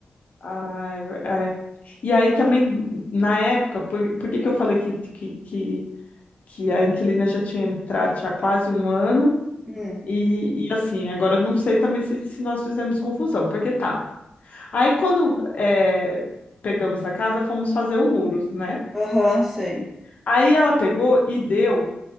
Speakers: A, on the left (about 50°); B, in the centre.
A: ah, é ver- é. E aí também, na época, por, por que que eu falei que, que, que, que a inquilina já tinha entrado já há quase um ano?
B: Hum,
A: E, e, assim, agora não sei também se, se nós fizemos confusão, porque tá. Aí quando é, pegamos a casa, fomos fazer o muro, né?
B: aham, sei.
A: Aí ela pegou e deu